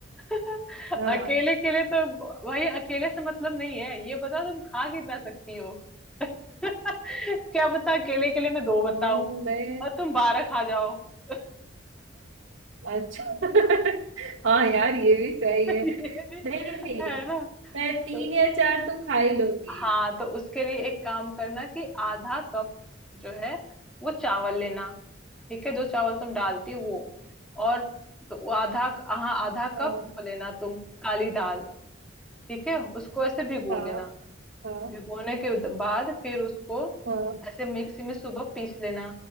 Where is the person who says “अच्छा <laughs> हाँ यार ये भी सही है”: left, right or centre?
Right